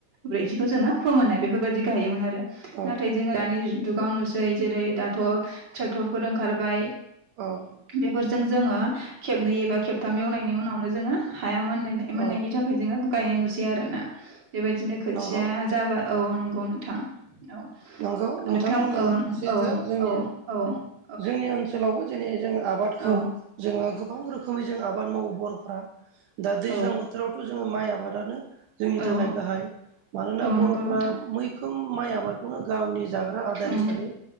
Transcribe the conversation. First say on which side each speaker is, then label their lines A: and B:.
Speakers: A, on the right; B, on the right.
A: ब्रैथिखौ जोङो फोमोननाय बेफोरबायदि गायोमोन आरो
B: औ
A: नाथाय जोङो दानि जुगाव नुसै जेरै दाथ' ट्रेक्टरफोर ओंखारबाय
B: औ
A: बेफोरजों जोङो खेबनै एबा खेबथाम एवनायनि उनावनो जोङो हाया मोन मोननायनि
B: औ
A: थाखाय आ हाइजें आखौ गायनाय नुसै आर ना बेबायदिनो खोथिया
B: नंगौ
A: जाबा औ नंगौ नोंथां औ
B: नंगौ नोंथांमोननिया
A: नोंथां औ
B: सैथो
A: औ
B: जोंनि
A: औ औ
B: जोंनि ओनसोलावबो जेरै जों आबादखौ
A: औ
B: जोङो गोबां रोखोमै जों आब आबाद मावो बर'फ्रा दा दैज्लां
A: औ
B: बोथोरावथ' जोङो माइ आबादानो जोंनि
A: औ
B: थाखाय गाहाय मानोना
A: औ नंगौ
B: बर'फ्रा
A: नोंथां
B: मैखोम माइ आबाद बेखौनो गावनि जाग्रा आदार
A: औ
B: हिसाबै